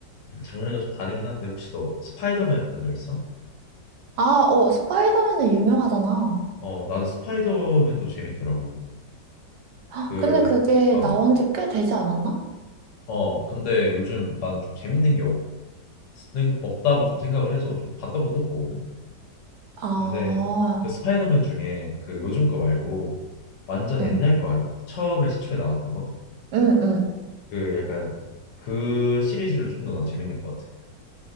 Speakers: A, on the left; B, on the right.
A: 약간 장르가 좀 다르긴 한데 혹시 너 스파이더맨 본 적 있어?
B: 아, 어, 스파이더맨은 유명하잖아.
A: 어, 나는 스파이더맨도 재밌더라고.
B: 아,
A: 그
B: 근데 그게
A: 아,
B: 나온 지 꽤 되지 않았나?
A: 어, 근데 요즘 난 좀 재밌는 게 없는, 없다고 좀 생각을 해서 좀 봤던 것도 보거든?
B: 아,
A: 근데 그 스파이더맨 중에 그 요즘 거 말고 완전
B: 응,
A: 옛날 거 알아? 처음에 시초에 나왔던 거?
B: 응, 응.
A: 그 약간 그 시리즈를 좀 더 난 재밌는 것 같아.